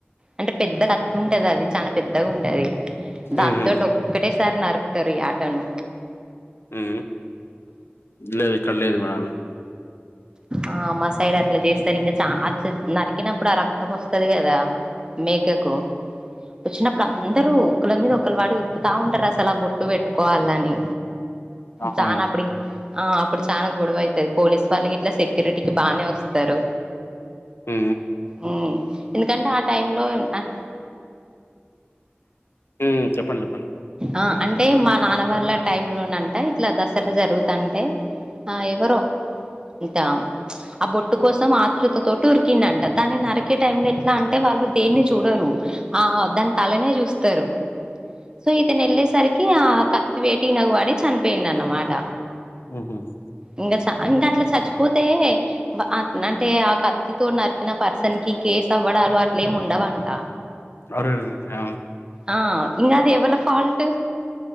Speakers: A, on the right; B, on the left.
A: అంటే పెద్ద కత్తి ఉంటది అది చాన పెద్దగా ఉంటుది దాంతోటి
B: ఉమ్, ఉమ్.
A: ఒక్కటేసారి నరుకుతారు యాటను
B: ఊ లేదు ఇక్కడ లేదు మెడం అవి
A: ఆ మా సైడ్ అట్లా చేస్తారు ఇంకా చ అట్లా నరికినప్పుడు ఆ రక్తం వస్తుది గదా మేకకు వచ్చినప్పుడు అందరూ ఒకళ మీద వొక్కళ్ళ పడి ఉరుకుతా ఉంటారు అసలు బొట్టు పెట్టుకోవాలని
B: ఆహా
A: చానా
B: ఉమ్
A: అప్పుడి ఆ అప్పుడు చానా గొడవ అయితది పోలీస్ వాళ్ళు ఇట్లా సెక్యూరిటీకి బానే వస్తారు
B: ఊ
A: ఉ ఎందుకంటే ఆ టైమ్ లో ఆన
B: ఉ చెప్పండి చెప్పండి
A: ఆ అంటే మా నాన్న వాళ్ళ టైమ్ లో నంటా ఇట్లా దసరా జరుగుతంటే ఆ ఎవరో ఇంటా ఆ బొట్టు కోసం ఆతృతతోటి ఊరికిండంట దాన్ని నరికే టైంలో ఎట్లా అంటే వాళ్ళు దేన్ని చూడరు ఆఆ దాని తలనే చూస్తారు సో ఇతను ఎళ్ళేసరికి ఆ కత్తి వేటు ఈయనకు పడి చనిపోయిండు అన్నమాట
B: మ్మ్ఉహ్మ్
A: ఇంగ చ ఇంకా అట్లా చచ్చిపోతే అ అంటే ఆ కత్తితో నరికిన పర్సన్‌కి కేసు అవ్వడాలు అట్లేమి ఉండవంట
B: అరెరే ఆ
A: ఆ ఇంగా అది ఎవళ్ళ ఫాల్ట్